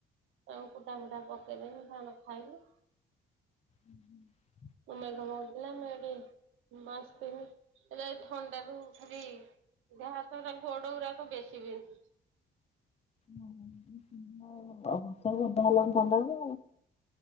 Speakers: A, on the right (about 85°); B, on the left (about 30°).
A: ଆ କୁଟା ଫୁଟା ପକେଇଦେମି <inaudible> ଖାଇଲେ।
B: ହୁଁ ହୁଁ।
A: ମେଘ ପକାଉଥିଲା ମୁଁ ଏଠି ବସିଥିଲି ଏରା ଏଇ ଥଣ୍ଡା ରୁ ଖାଲି ଦେହ ହାତ ଗୋଡ଼ା ଗୋରାକ ବେଶୀ ବିନ୍ଧୁଚି।
B: ଓହୋ ବର୍ଷା କୁ ଓଦା ହେଲେ ଥଣ୍ଡା କୁ।